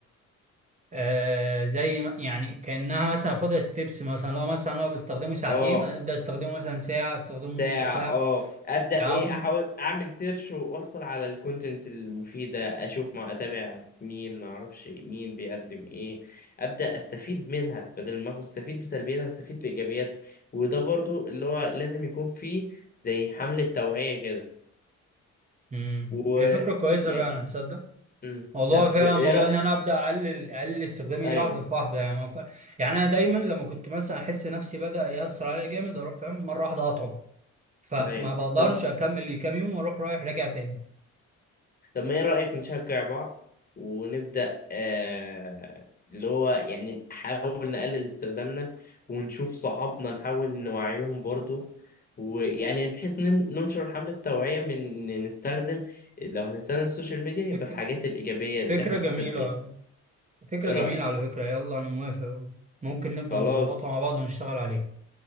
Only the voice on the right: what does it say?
آه زي ما يعني كأنها مثلا اخدها ستيبس مثلا لو مثلا انا بستخدمه ساعتين
ابدا استخدمه مثلا ساعة استخدمه
نص ساعة
يعني
امم
هي فكرة كويسة
فعلا تصدق
موضوع
فعلا
موضوع
ان انا ابدا اقلل اقلل استخدامي
ليه واحدة في واحدة يعني ما ف... يعني انا دايما لما كنت مثلا احس نفسي بدا يأثر عليا جامد اروح فاهم مرة واحدة اقطعه فما
بقدرش
اكمل لي كام يوم واروح رايح راجع تاني
فكرة
فكرة
جميلة
فكرة
جميلة
على فكرة يلا انا موافق ممكن نبدأ
نظبطها مع بعض ونشتغل عليها